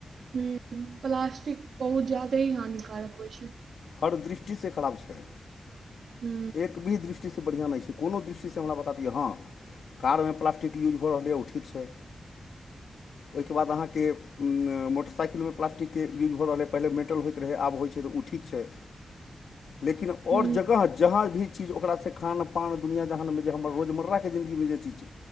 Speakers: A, on the right; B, on the left.
A: हूँ प्लास्टिक बहुत ज्यादे ही हानिकारक होइ छै
B: हर दृष्टिसे खराब छै
A: हूं
B: एक भी दृष्टिसँ बढ़िआँ नइ छै कोनो दृष्टिसँ हमरा बता दिअ हँ कार मे प्लास्टिक यूज भऽ रहल यऽ ओ ठीक छै
A: <inaudible>
B: ओइके बाद अहाँके मोटरसाइकिल मे प्लास्टिक के यूज भऽ रहलै पहिल मेटल होइत रहै आब होइत छै तऽ उ ठी क छै
A: <inaudible>
B: लेकिन
A: हूं
B: और जगह जहाँ भी चीज ओकरासँ खान पान दुनिआँ जहानमे जे हमर रोजमर्राके जिन्दगीमे जे चीज छै